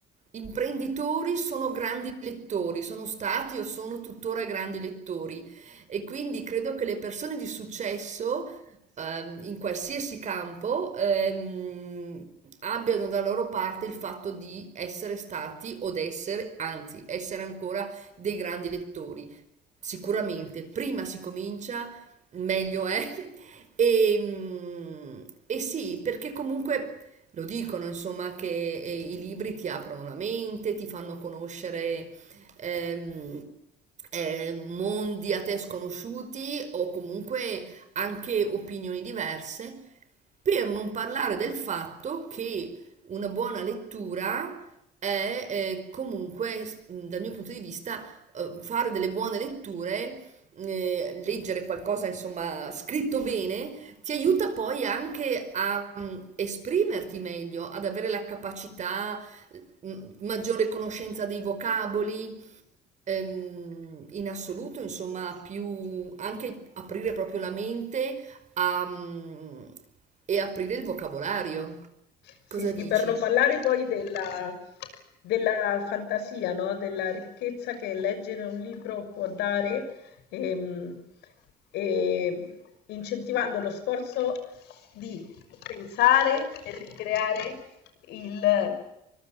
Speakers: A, on the right; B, on the left.
A: imprenditori sono grandi lettori, sono stati o sono tuttora grandi lettori e quindi credo che le persone di successo ehm, in qualsiasi campo ehm, abbiano da loro parte il fatto di essere stati o d'essere, anzi, essere ancora dei grandi lettori. Sicuramente, prima si comincia, meglio è. <laughs> E, mm, e sì, perché comunque lo dicono, insomma, che eh, i libri ti aprono la mente, ti fanno conoscere ehm, eh, mondi a te sconosciuti o comunque anche opinioni diverse, per non parlare del fatto che una buona lettura è eh, comunque, s- mh, dal mio punto di vista, eh, fare delle buone letture, eh, leggere qualcosa, insomma, scritto bene, ti aiuta poi anche a mh, esprimerti meglio, ad avere la capacità, mh, maggiore conoscenza dei vocaboli, Ehm, in assoluto, insomma, più anche aprire proprio la mente a, mm, e aprire il vocabolario.
B: Sì,
A: Cosa
B: sì,
A: dici?
B: per non parlare poi della, della fantasia, no? Della ricchezza che leggere un libro può dare, ehm, e incentivando lo sforzo di pensare e ricreare il,